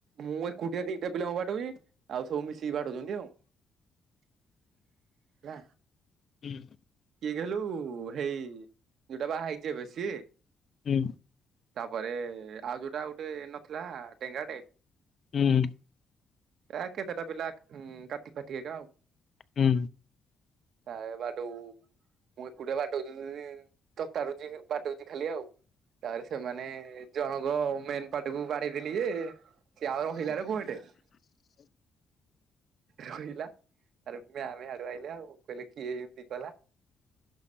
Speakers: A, on the right; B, on the left.
A: ମୁଁ ଏ କୋଟିଆ ଦିଇଟା ପିଲାଙ୍କୁ ବାଡୋଉଛି ଆଉ ସବୁ ମିଶିକି ବାଡୋଉଛନ୍ତି ଆଉ। ହେଲା।
B: ହୁଁ।
A: କିଏ କଲୁ ହେଇ ଯୋଉଟା ବାହା ହେଇଛି ସେ।
B: ହୁଁ।
A: ତାପରେ ଆଉ ଯୋଉଟା ଗୋଟେ ନଥିଲା ଡେଙ୍ଗାଟେ
B: ହୁଁ।
A: ଏ କେତେଟା ପିଲା ଉ କାଟି ଫାଟି ହେ ଏକ ଆଉ।
B: ହୁଁ।
A: <unintelligible> ମୁଁ ଏକୁଟିଆ ବାଟଉଛି ତତାରୁଛି ବାଟଉଛି ଖାଲି ଆଉ। ତାପରେ ସେମାନେ ଜଣଙ୍କ ମେନ୍ ପାଟ୍ କୁୁ ବାଡେଇଦେଲି ଯେ ସେ ଆ ରହିଲାର <unintelligible> ରହିଲା ତାର ମୟ ମାମ୍ ହେୟାଡୁ ଆଇଲେ ଆଉ କହିଲେ କିଏ ଏମିତି କଲା?